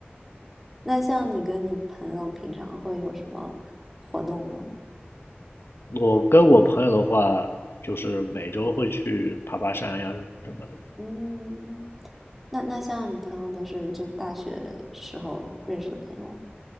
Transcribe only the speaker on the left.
我跟我朋友的话，就是每周会去爬爬山呀什么的，